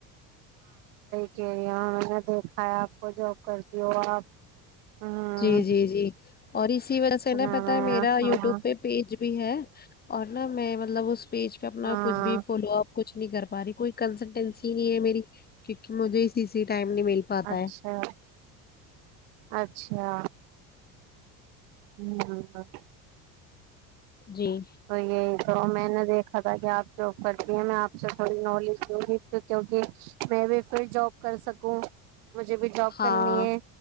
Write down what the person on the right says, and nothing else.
کہ یہاں میں نے دیکھا ہے آپ کو جاب کرتی ہو آپ ہاں
نام
ہاں
ہاں
اچھا
اچھا ہوں ہ ہ
تو یہ تو محنت دیکھا تھا کہ آپ جاب کرتی ہیں میں آپ سے تھوڑی نالج دوں گی کیوںکہ میں بھی پھر جاب کر سکوں مجھے بھی جاب
کرنی ہے